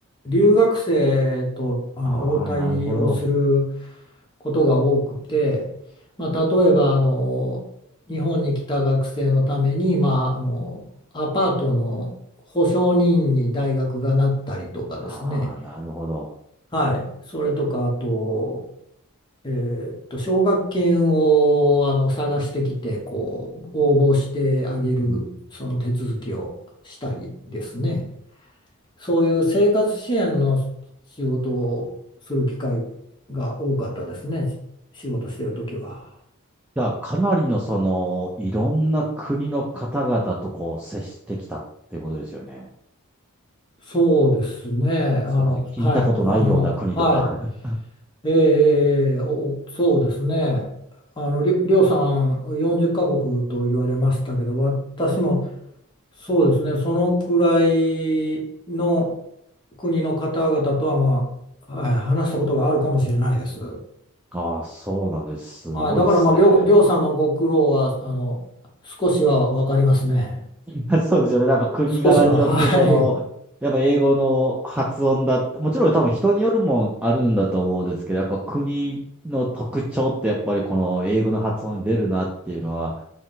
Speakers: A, on the left (about 20°); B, in the centre.
A: 留学生とあの応対をする
B: ああ、なるほど。
A: ことが多くて、まあ、例えばあの日本に来た学生のために、まあ、あのアパートの保証人に大学がなったりとかですね、
B: ああ、なるほど。
A: はい、それとかあと、えーっと奨学金をあの探してきてこう応募してあげるその手続きをしたりですね、
B: うん、
A: そういう生活支援の仕事をする機会が多かったですね、仕事してる時は。
B: じゃあ、かなりのその、いろんな国の方々とこう接してきたってことですよね。
A: そうですね。
B: それこそ聞いたことないような国とか。
A: あの、はい、あの、は
B: <laughs>
A: い。えー、お、そうですね。あの、りょ、りょうさん40カ国と言われましたけど、私もそうですね、そのくらいの国の方々とは、まあ、はい、話したことがあるかもしれないです。
B: ああ、そうなんです。すごいですね。
A: はい、だから、まあ、りょう、りょうさんのご苦労は、あの、少しは分かりますね。
B: <laughs> そうですよね。やっぱ国柄によって、
A: 少しは、はい。
B: その、やっぱ英語の発音だ、もちろん多分人によるもんあるんだと思うんですけど、やっぱ国の特徴ってやっぱりこの英語の発音に出るなっていうのは、